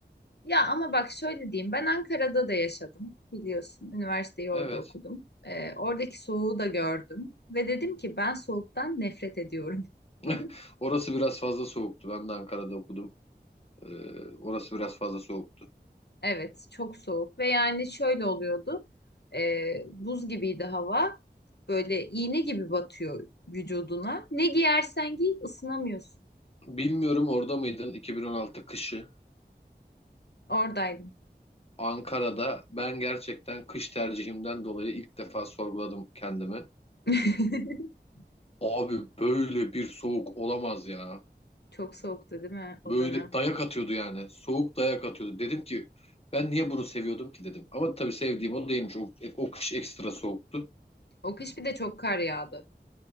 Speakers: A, on the left; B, on the left.
A: Ya ama bak şöyle diyeyim. Ben Ankara'da da yaşadım biliyorsun. Üniversiteyi
B: Evet.
A: orada okudum. Ee, oradaki soğuğu da gördüm. Ve dedim ki ben soğuktan nefret ediyorum.
B: <laughs>
A: <laughs>
B: Orası biraz fazla soğuktu. Ben de Ankara'da okudum. E, orası biraz fazla soğuktu.
A: Evet, çok soğuk ve yani şöyle oluyordu. Ee, buz gibiydi hava. Böyle iğne gibi batıyor vücuduna. Ne giyersen giy ısınamıyorsun.
B: Bilmiyorum orada mıydın 2016 kışı?
A: Oradaydım.
B: Ankara'da ben gerçekten kış tercihimden dolayı ilk defa sorguladım kendimi.
A: <laughs>
B: Abi böyle bir soğuk olamaz ya.
A: Çok soğuktu değil mi o
B: Böyle
A: dönem?
B: dayak atıyordu yani. Soğuk dayak atıyordu. Dedim ki ben niye bunu seviyordum ki dedim. Ama tabii sevdiğim o değilmiş. O, o kış ekstra soğuktu.
A: O kış bir de çok kar yağdı.